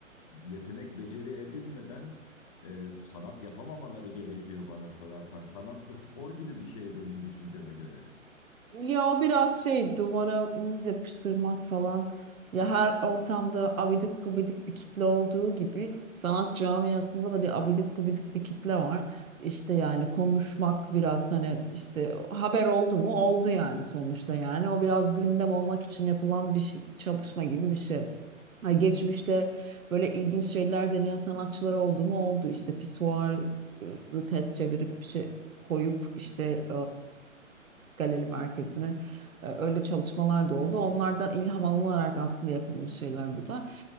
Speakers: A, on the left; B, on the right.
A: yetenek beceri edinmeden e, sanat yapamamaları gerekiyor bana sorarsan. Sanat da spor gibi bir şey benim düşünceme göre.
B: Ya o biraz şey duvara muz yapıştırmak falan. Ya her ortamda abidik gubidik bir kitle olduğu gibi sanat camiasında da bir abidik gubidik bir kitle var. İşte yani konuşmak biraz hani işte haber oldu mu oldu yani sonuçta yani. O biraz gündem olmak için yapılan bir şey- çalışma gibi bir şey. Ha, geçmişte böyle ilginç şeyler deneyen sanatçılar oldu mu oldu işte pisuarı ters çevirip bir şey koyup işte galeri merkezine. E, Öyle çalışmalar da oldu. Onlardan ilham alınarak aslında yapılmış şeyler bu da.